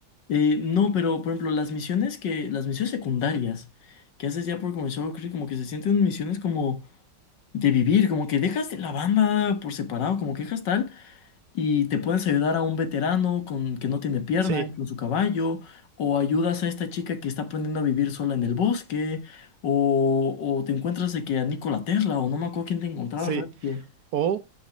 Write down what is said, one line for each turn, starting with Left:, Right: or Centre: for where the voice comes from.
Left: eh, no, pero por ejemplo, las misiones que, las misiones secundarias que haces ya por comenzar Creek, como que se sienten misiones como de vivir, como que dejas de la banda por separado, como que dejas tal. y te puedes ayudar a un veterano con que no tiene pierna,
Right: Sí,
Left: con su caballo, o ayudas a esta chica que está aprendiendo a vivir sola en el bosque, o, o te encuentras de que a Nikola Tesla, o no me acuerdo quién te encontraba,
Right: sí.
Left: ¿sabes? Que,
Right: O